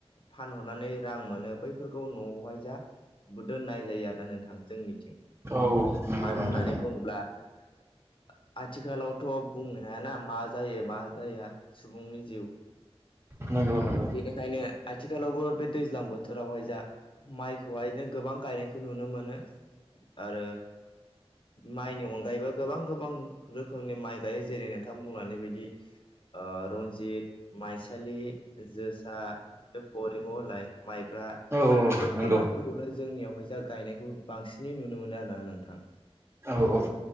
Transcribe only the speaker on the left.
फानहरनानै रां मोनो बैफोरखौ न'आवहाय जा दोननाय जायो आरोना नोंथां जोंनिथिं
मानो
होननानै बुङोब्ला <inaudible> आथिखालावथ' बुंनो हायाना मा जायो मा जाया सुबुंनि जिउ
ओंखायनो आथिखालावबो बे दैज्लां बोथोरावहाय जा माइखौहायनो गोबां गायनायखौ नुनो मोनो आरो माइनि अनगायैबो गोबां गोबां रोखोमनि माइ गायो जेरै- नोंथां बुंलांनाइ बायदि ओ रनजित माइसालि जोसा बे फरिमल होननाय माइब्रा बा
बैफोर
माइफोरखौनो जोंनियावहाय जा गायनायखौ बांसिनै नुनो मोनो आरोना नोंथां।